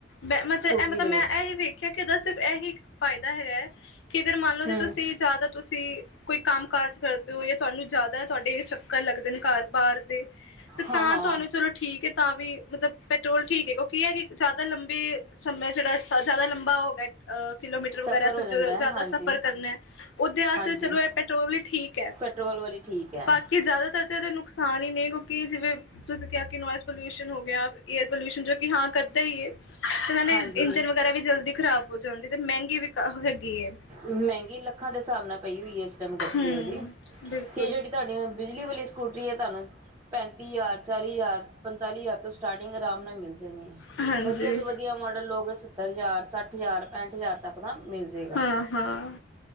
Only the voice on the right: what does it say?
ਸਕੂਟਰੀ
ਦੇ
ਵਿੱਚ
ਹਮ
ਹਾਂ
ਹਾਂ
ਸਫ਼ਰ
ਹੋ
ਜਾਂਦਾ ਹੈ
ਹਾਂਜੀ
ਹਾਂਜੀ
ਪੈਟਰੋਲ ਵਾਲੀ ਠੀਕ ਹੈ
ਹਾਂਜੀ
ਮਹਿੰਗੀ ਲੱਖਾਂ ਦੇ ਸਾਬ ਨਾਲ ਪਈ ਹੋਈ ਏ ਇਸ ਟੈਮ ਗੱਡੀ
ਯੇ ਵਾਲੀ
ਤੇ ਜੇੜੀ ਤਾਡੇ ਬਿਜਲੀ ਵਾਲੀ ਸ ਸਕੂਟਰੀ ਏ ਤਾਨੂੰ ਪੈਂਤੀ ਹਜ਼ਾਰ ਚਾਲੀ ਹਜ਼ਾਰ ਪੰਤਾਲੀ ਹਜ਼ਾਰ ਤੋਂ ਸਟਾਰਟਿੰਗ ਆਰਾਮ ਨਾਲ ਮਿਲ ਜ ਜਾਣੀ ਆ,
ਵਧੀਆ ਤੋਂ ਵਧੀਆ ਮਾਡਲ ਲੋਗ ਸੱਤਰ ਹਜ਼ਾਰ ਸੱਠ ਹਜ਼ਾਰ ਪੈਂਹਠ ਹਜ਼ਾਰ ਤੱਕ ਦਾ, ਮਿਲਜੇਗਾ।